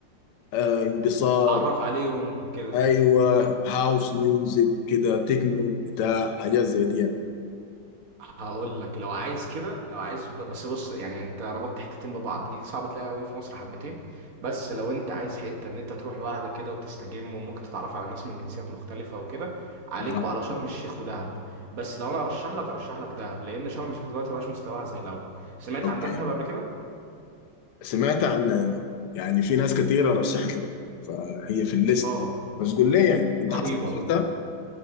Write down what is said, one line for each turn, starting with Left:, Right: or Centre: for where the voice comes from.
Left: آه انبساط
Right: اتعرف عليهم كده
Left: ايوه هاوس ميوزك كده تكنو بتاع حاجات زي دي يعني.
Right: هقول لك لو عايز كده لو عايز ب- بس بص يعني انت ربطت حتتين ببعض دي صعب تلاقيها قوي في مصر حبتين بس لو انت عايز حته ان انت تروح لوحدك كده وتستجم وممكن تتعرف على ناس من جنسيات مختلفه وكده عليك
Left: ها
Right: وعلى شرم الشيخ ودهب بس لو انا ارشح لك ارشح لك دهب لان شرم الشيخ دلوقتي مبقاش مستواها زي الاول سمعت
Left: اوكي
Right: عن دهب قبل كده
Left: سمعت عنها يا مان. يعني في ناس كتيره رشحت لي فهي في الليست
Right: اه
Left: بس قول لي يعني انت
Right: رهيبه
Left: حاسس زرتها